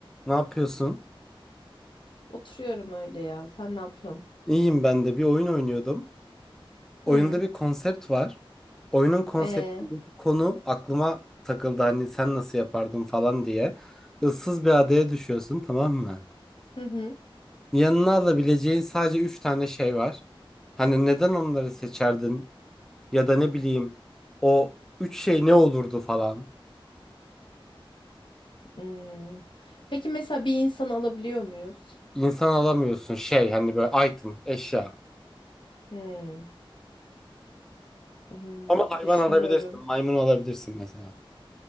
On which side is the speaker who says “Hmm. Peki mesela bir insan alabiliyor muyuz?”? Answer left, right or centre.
Left